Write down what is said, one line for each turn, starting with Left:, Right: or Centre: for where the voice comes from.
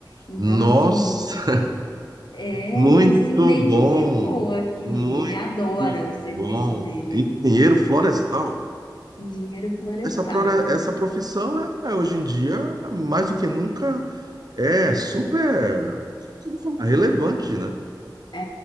Left: Então,
Right: Nossa,
Left: assim, é,
Right: Muito
Left: ele se identificou
Right: bom,
Left: aqui,
Right: muito
Left: ele adora o serviço
Right: bom.
Left: dele,
Right: Engenheiro florestal.
Left: engenheiro florestal.
Right: Essa, prora- essa profissão é, é, hoje em dia, mais do que nunca, é super relevante, né?
Left: É,